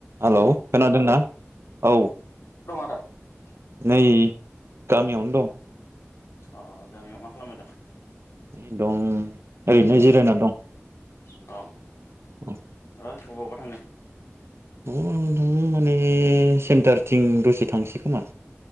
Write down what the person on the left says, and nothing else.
ा <unintelligible>
अ। गामियाव मा खालामबाय दं?
अ।
दा अबावबा थांगोन?